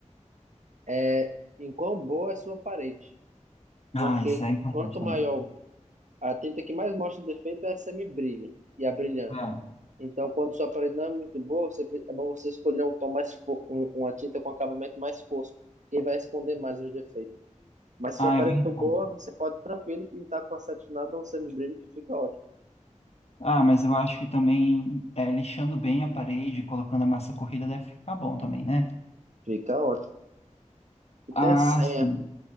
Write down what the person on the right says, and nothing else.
é em quão boa é a sua parede.
Porque
quanto
maior a tinta que mais mostra defeito é a semibrilha e a brilhante.
Então, quando sua parede não é muito boa, você, pre- é bom você escolher um tom mais fo- um, uma tinta com acabamento mais fosco, que vai esconder mais os defeitos. Mas se
a parede
for boa, você pode tranquilo pintar com acetinado ou um semibrilho que fica ótimo.
Fica ótimo. E tem
a senha.